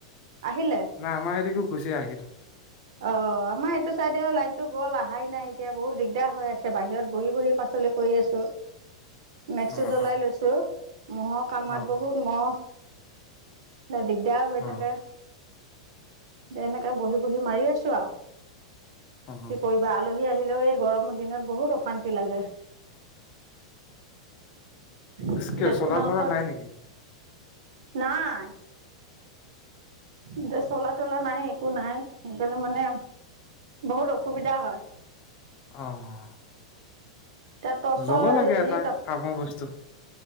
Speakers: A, on the right; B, on the left.
A: আহিলে
B: নাই আমাৰ এইদিগো গুচি আহিল।
A: অ' আমাৰ এইটো চাইডেও লাইনতো গ'ল আহাই নাই এতিয়া বহুত দিগদাৰ হৈ আছে বাহিৰত বহি বহি পাচলি কৰি আছো। মেক্সটো
B: অ
A: জ্বলাই
B: অ
A: লৈছো। মহৰ কামাত
B: অ
A: বহুত মহ। তা দিগদাৰ হৈ
B: অ
A: থাকে। <unintelligible> এনেকে বহি বহি মাৰি আছো আৰু
B: অ
A: কি কৰিবা আলহী আহিল। লেও এই গৰমৰ দিনত বহুত অশান্তি লাগে। এতিয়া
B: কিয় চলাৰ
A: তোমালোকৰ
B: থলাৰ নাই নেকি?
A: নাই। এতিয়া চলা তলা নাই একো নাই সেইকাৰনে মানে বহুত অসুবিধা হয়
B: আহ
A: এতিয়া টৰ্চৰ
B: ল'ব লাগে
A: যি
B: এটা কামৰ বস্তু